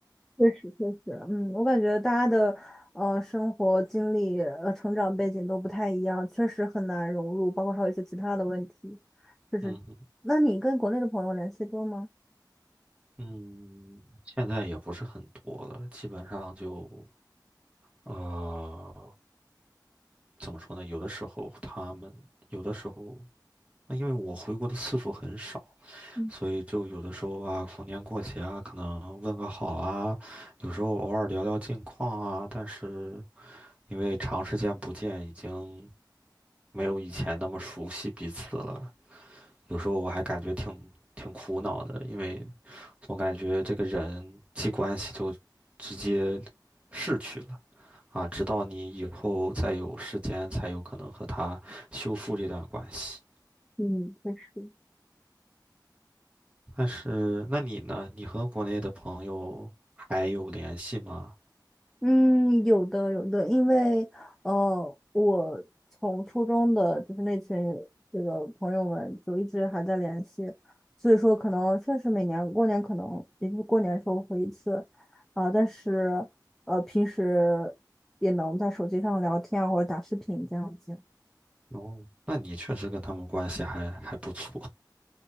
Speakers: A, in the centre; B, on the right.
A: 确实，确实，嗯，我感觉大家的呃生活经历、呃成长背景都不太一样，确实很难融入，包括还有一些其他的问题，就是，
B: 嗯
A: 那你跟国内的朋友联系多吗？
B: 嗯，现在也不是很多了，基本上就，呃，怎么说呢？有的时候他们，有的时候，那因为我回国的次数很少，
A: 嗯，
B: 所以就有的时候啊，逢年过节啊，可能问个好啊，有时候偶尔聊聊近况啊，但是因为长时间不见，已经没有以前那么熟悉彼此了。有时候我还感觉挺挺苦恼的，因为总感觉这个人际关系就直接逝去了啊，直到你以后再有时间，才有可能和他修复这段关系。
A: 嗯，确实。
B: 但是，那你呢？你和国内的朋友还有联系吗？
A: 嗯，有的有的，因为呃，我从初中的就是那群这个朋友们就一直还在联系，所以说可能确实每年过年可能也就是过年的时候回一次，啊、但是呃平时也能在手机上聊天啊或者打视频这样子。
B: 哦，那你确实跟他们关系还还不错。